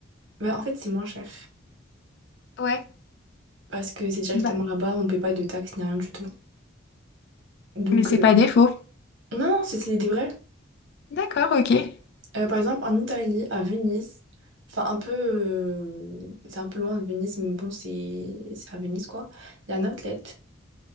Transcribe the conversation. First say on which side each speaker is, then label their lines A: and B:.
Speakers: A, on the right; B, on the left.
A: Bah, en fait, c'est moins cher.
B: Ouais.
A: parce que c'est directement
B: Bah,
A: là-bas, on ne paie pas de taxes ni rien du tout. Donc,
B: mais c'est
A: euh,
B: pas défaut.
A: non, non, c'est c'est des vrais.
B: D'accord, ok.
A: Euh, par exemple, en Italie, à Venise, enfin, un peu, euh, c'est un peu loin de Venise, mais bon, c'est c'est à Venise, quoi. Il y a un outlet.